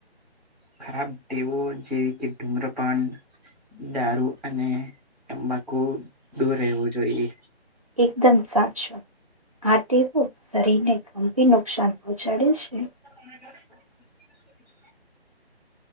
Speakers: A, in the centre; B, on the right.
A: ખરાબ દેવો જેવી કે ધૂમ્રપાન દારૂ અને તંબાકુ દૂર રહેવું જોઈએ
B: એકદમ સાચું આ ટેવો શરીરને ગંભીર નુકસાન પહોંચાડે છે
A: હ